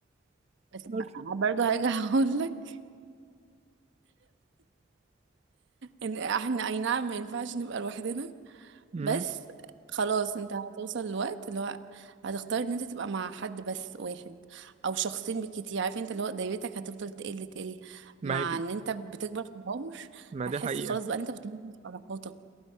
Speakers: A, on the right (about 65°); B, on the right (about 35°).
A: بس
B: بس.
A: برضه هرجع <laughs> اقول لك ان احنا اي نعم ما ينفعش نبقى لوحدنا
B: مم.
A: بس خلاص انت هتوصل لوقت اللي هو هتختار ان انت تبقى مع حد بس واحد او شخصين بالكتير عارف انت اللي هو دايرتك هتفضل تقل تقل
B: ما
A: مع
B: هي كده-
A: ان انت بتكبر في العمر
B: ما
A: هتحس
B: دي حقيقة
A: خلاص بقى ان انت بتنضج في علاقاتك